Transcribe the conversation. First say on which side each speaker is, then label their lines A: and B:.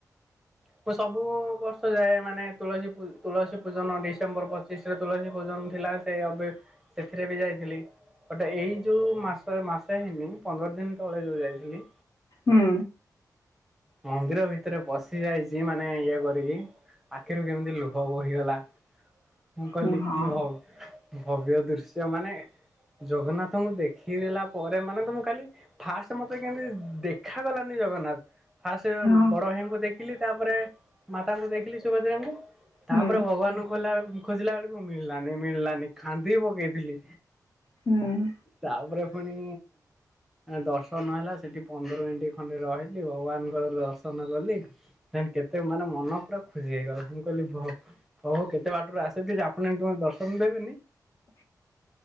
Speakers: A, in the centre; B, on the left (about 50°).
A: ହ ମୁଁ ସବୁ ବର୍ଷ ଯାଏ ମାନେ ତୁଳସୀ ତୁଳସୀ ପୂଜନ ଡିସେମ୍ବର ପଚିଶ ରେ ତୁଳସୀ ପୂଜନ ଥିଲା। ସେବେ ସେଥିରେ ବି ଯାଇଥିଲି ବଟେ ଏଇ ଯୋଉ ମାସ ମାସ ହେଇନି ପନ୍ଦର ଦିନ ତଳେ ଯେଉଁ ଯାଇଥିଲି
B: ହୁଁ।
A: ମନ୍ଦିର ଭିତରେ ପଶି ଯାଇଛି ମାନେ ଇଏ କରିକି ଆଖିରୁ କେମିତି ଲୁହ ବୋହିଗଲା ମୁଁ କହିଲି
B: ହୁଁ ହଁ
A: କି ହଉ ଭବ୍ୟ ଦୃଶ୍ୟ ମାନେ ଜଗନ୍ନାଥଙ୍କୁ ଦେଖିଦେଲା ପରେ ମାନେ ତମ କାଲି ଫାଷ୍ଟ ମତେ କେମତି ଦେଖାାଗଲାନି ଜଗନ୍ନାଥ ଫାଷ୍ଟ
B: ହଁ
A: ବଡ ଭାଇଙ୍କୁ ଦେଖ ଦେଖିଲି ତାପରେ ମାତାଙ୍କୁ ଦେଖିଲି ସୁଭଦ୍ରାଙ୍କୁ
B: ହୁଁ
A: ତାପରେ ଭଗବାନଙ୍କୁ ହେଲା ଖୋଜିଲା ବେଳକୁ ମିଳିଲାନି ମିଳିଲାନି ଖାନ୍ଦି ପକେଇଥିଲି।
B: ହୁଁ।
A: ତାପରେ ଫୁଣି ଦର୍ଶନ ହେଲା ସେଠି ପନ୍ଦର ମିନିଟ୍ ଖଣ୍ଡେ ରହିଲି ଭଗବାନଙ୍କର ଦର୍ଶନ କଲି <unintelligible> କେତେ ମାନେ ମନ ପୁରା ଖୁସି ହେଇଗଲା ମୁ କହିଲି ଭ ହଉ-ହଉ କେତେ ବାଟରୁ ଆସଥିଲି ଆପଣ ଏମତି ମତେ ଦର୍ଶନ ଦେବେନି।